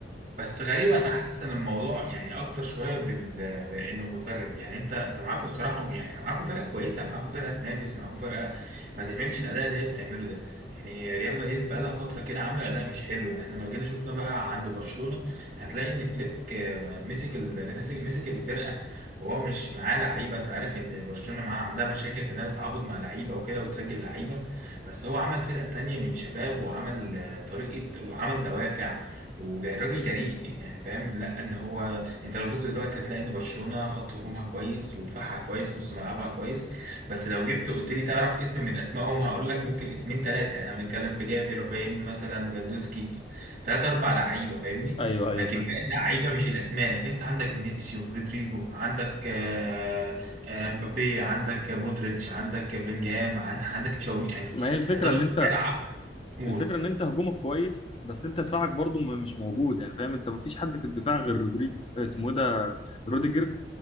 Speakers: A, on the right (about 45°); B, on the left (about 30°).
A: بس غريب انا حاسس ان الموضوع يعني اكتر شويه بال... بان المدرب يعني انت انت معاكوا الصراحه يعني معاكوا فرقه كويسه معاكوا فرقه تنافس معاكوا فرقه ما تعملش الاداء اللي هي بتعمله ده يعني ريال مدريد بقى لها فتره كده عامله اداء مش حلو يعني احنا لو جينا شفنا بقى عند برشلونه هتلاقي ان فليك آه، مسك ال... مسك مسك الفرقه وهو مش معاه لعيبه انت عارف ان برشلونه معاها عندها مشاكل في انها تتعاقد مع لعيبه وكده وتسجل لعيبه بس هو عمل فرقه تانية من شباب وعمل آه، طريقه وعمل دوافع وراجل جريء يعني فاهم لا ان هو انت لو شفت دلوقتي هتلاقي ان برشلونه خط هجومها كويس ودفاعها كويس نص ملعبها كويس بس لو جبت قلت لي تعرف اسم من اسمائهم هقول لك ممكن اسمين ثلاثه يعني احنا بنتكلم في جافي رافين مثلا فاندوسكي ثلاث اربع لعيبه فاهمني
B: ايوه ايوه
A: لكن
B: فاهم
A: باقي اللعيبه مش الاسماء لكن انت عندك فينيسيو رودريجو عندك آه، آه، مبابي عندك مودريتش عندك بلينجهام عن- عندك تشاومي يعني
B: ما هي الفكره
A: 11
B: ان انت
A: ملعب قول
B: الفكره ان انت هجومك كويس بس انت دفاعك برضو ما- مش موجود يعني فاهم انت ما فيش حد في الدفاع غير رودريجو اسمه ايه ده روديجر